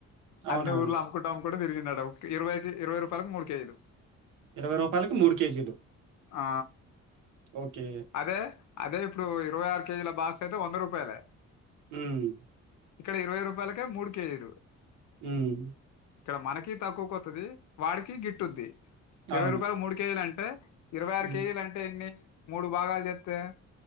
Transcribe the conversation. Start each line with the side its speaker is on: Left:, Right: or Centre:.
Right: అవునా?
Left: అన్ని ఊర్లు అమ్ముకుంటా తిరిగిండట ఓకే ఇరవైకి ఇరవై రూపాయలకు మూడు కేజీలు
Right: ఇరవై రూపాయలకి మూడు కేజీలు
Left: ఆ!
Right: ఓకే.
Left: అదే అదే ఇప్పుడు ఇరవై ఆరు కేజీల బాక్స్ అయితే వంద రూపాయలే
Right: మ్
Left: ఇక్కడ ఇరవై రూపాయలకే మూడు కేజీలు
Right: మ్
Left: ఇక్కడ మనకి తక్కో కొత్తది వాడికి గిట్టుద్ది ఇరవై
Right: అవును.
Left: రూపాయల మూడు కేజీలంటే ఇరవై ఆరు
Right: హ్మ్.
Left: కేజీలంటే ఎన్ని మూడు భాగాల్ చేత్తే